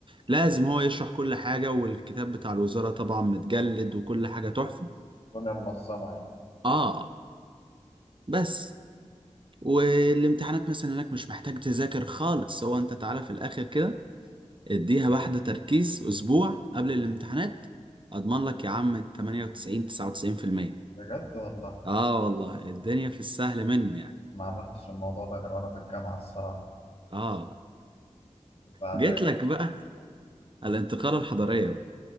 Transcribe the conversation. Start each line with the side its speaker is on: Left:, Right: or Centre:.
Right: لازم هو يشرح كل حاجة والكتاب بتاع الوزارة طبعا متجلد وكل حاجة تحفة
Left: الدنيا منظمة يعني
Right: آه بس والامتحانات مثلا هناك مش محتاج تذاكر خالص هو أنت تعالى في الآخر كده اديها واحدة تركيز أسبوع قبل الامتحانات أضمن لك يا عم 98 99%
Left: بجد والله
Right: آه والله الدنيا في السهل منه يعني
Left: ما عملتش الموضوع ده غير وأنا في الجامعة الصراحة
Right: آه
Left: وبعدين
Right: جيت لك بقى الانتقالة الحضارية بقى